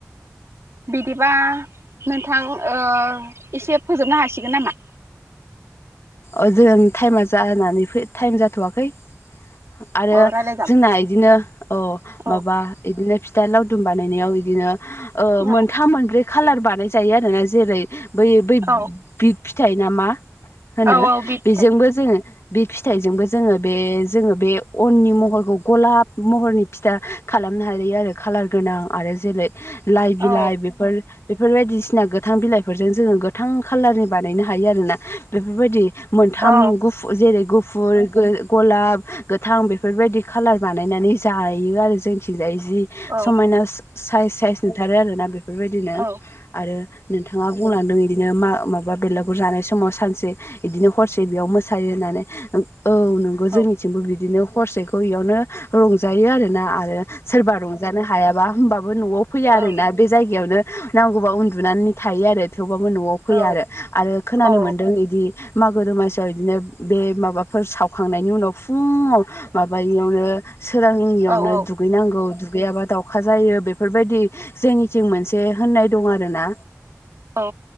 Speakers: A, on the right; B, on the left.
A: बिदिबा नोंथां ओ एसे फोजोबनो हासिगोन नामा?
B: ओ‌ जों टाइमा जानानैै टाइम जाथ'वाखै आरो
A: अ रायलायजाब
B: जोंना इदिनो ओ
A: औ
B: माबा इदिनो फि फिथा लावदुम बानायनायाव बिदिनो ओ
A: औ
B: मोनथाम मोनब्रै खाालार बानाय जायो आरो ना जेरै बै बै
A: औ
B: बिग फिथाइ नामा होनो
A: औ औ बि
B: बेजोंबो
A: फिथाइ
B: जोङो बिग फिथाइजोंबो जोङो बे जोङो बे अननि महरखौ गलाब महरनि फिथा खालामनो हायो आरो खालार गोनां आरो जेरै लाइ
A: औ
B: बिलाइ बेफोर बेफोर बायदिसिना गोथां बिलाइफोरजों जोङो गोथां खालारनि बानायनो हायो आरोना बेफोरबायदि मोनथाम
A: औ
B: गु जेरै गुफुर ओ गलाब गोथां बेफोरबायदि खालार बानायनानै जायो आरो जोंनि थिजाय जि
A: औ
B: समायना साइस साइस नुथारो आरो ना बेफोरबादिनो
A: औ
B: आरो नोंथांआ बुंलांदों इदिनो मा माबा बेुलागुर जानाय समाव सानसे इदि हरसे बेखव मोसायो होननानै औ नंगौ
A: औ
B: जोंनि बिदिनो हरसेखौ इयावनो रंजायो आरो ना आरो सोरबा रंजानो हायाबा होमबाबो न'आव फैया आरोना
A: ओं
B: बे जायगायावनो नांगौबा उन्दुनानै थायो आरो थेवबाबो न'आव फैआ
A: औ
B: आरो आरो खोनानो
A: औ
B: मोन्दों दि मागो दमासियाव इदिनो बे माबाफोर सावखांनायनि उनाव फुङाव माबयैआवनो सोरांयैआवनो
A: औ
B: दु दुगैनांगौ दुगैयाबा दाउखा जायो बेफोरबादि हो जोंनिथिं मोनसे होननाय दं आरोना
A: औ